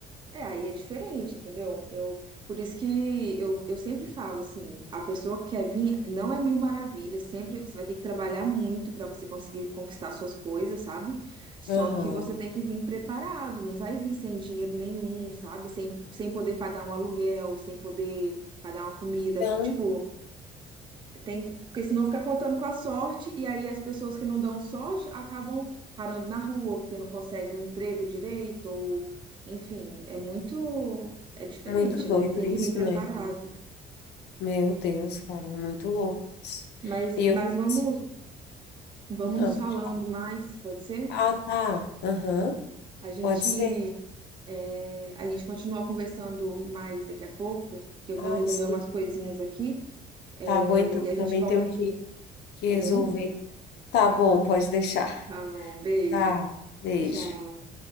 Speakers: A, on the right (about 30°); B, on the left (about 80°).
A: é, aí é diferente, entendeu? Eu, por isso que eu, eu sempre falo assim, a pessoa que quer vir não é mil maravilhas, sempre você vai ter que trabalhar muito para você conseguir conquistar suas coisas, sabe? Só
B: Aham.
A: que você tem que vir preparado, não vai vir sem dinheiro nenhum, sabe? Sem, sem poder pagar um aluguel, sem poder pagar uma comida.
B: Então.
A: Tipo, tem que, porque senão fica contando com a sorte, e aí as pessoas que não dão sorte acabam parando na rua, porque não conseguem um emprego direito, ou enfim, é muito, é diferente,
B: Muito doido
A: né? Tem
B: isso,
A: que vir preparado.
B: né? Meu Deus, cara, é muito louco isso.
A: Mas,
B: E
A: mas
B: eu,
A: vamos,
B: assim,
A: vamos
B: ah,
A: nos
B: pode-
A: falando mais, pode ser?
B: ah, tá, aham,
A: A gente,
B: pode ser.
A: é, a gente continua conversando mais daqui a pouco, que eu
B: Ah,
A: vou resolver
B: sim.
A: umas coisinhas aqui, é,
B: Tá bom, então,
A: e a gente
B: também
A: volta
B: tenho
A: aqui,
B: que, que
A: tá
B: resolver.
A: bem?
B: Tá bom, pode deixar.
A: Tá bom, beijo,
B: Tá, beijo.
A: tchau.